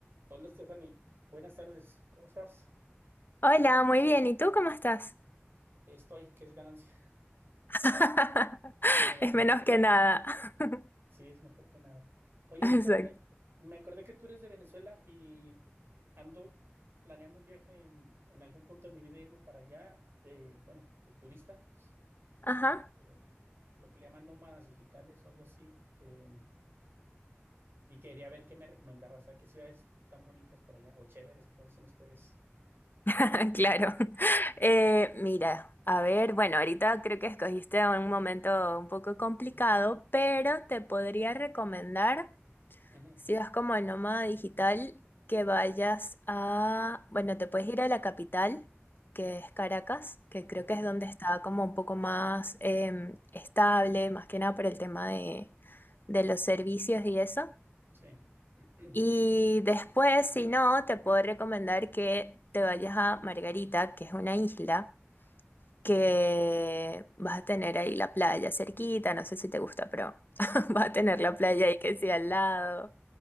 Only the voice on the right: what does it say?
Hola, Stephanie. Buenas tardes. ¿Cómo estás?
Estoy, que es ganancia.
<laughs> Bien,
sí, es mejor que nada. Oye,
fíjate, me acordé que tú eres de Venezuela y ando planeando un viaje en, en algún punto de mi vida, irme para allá, de, bueno, de turista,
este, lo que le llaman nómadas digitales o algo así. eh, y quería ver qué me recomendabas, a qué ciudades tan bonitas por allá, o chéveres, como dicen ustedes.
Ujú,
Ok,
sí, <clears throat>
ok.
Ah,